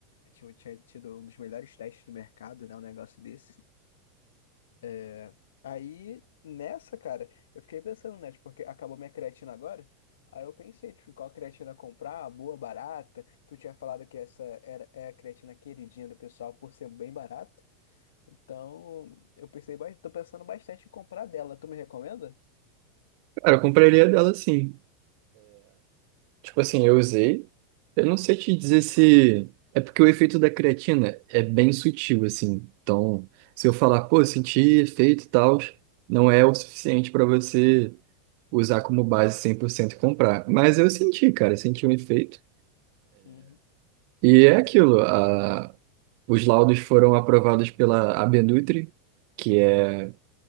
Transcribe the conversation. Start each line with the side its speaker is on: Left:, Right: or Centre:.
Left: tinha, tinha tido um dos melhores testes do mercado, né? Um negócio desse. É, Aí, nessa, cara, eu fiquei pensando, né? tipo, Porque acabou minha creatina agora. Aí eu pensei, tipo, qual creatina comprar, boa, barata. Tu tinha falado que essa era, é a creatina queridinha do pessoal por ser bem barata. Então, eu pensei, bas- tô pensando bastante em comprar dela. Tu me recomenda?
Right: Cara, eu compraria dela sim. Tipo assim, eu usei. Eu não sei te dizer se. É porque o efeito da creatina é bem sutil, assim. Então, se eu falar, pô, senti efeito e tal, não é o suficiente para você usar como base 100% e comprar. Mas eu senti, cara, eu senti um efeito.
Left: Uhum,
Right: E é aquilo. A... Os laudos foram aprovados pela Abenutri, que é,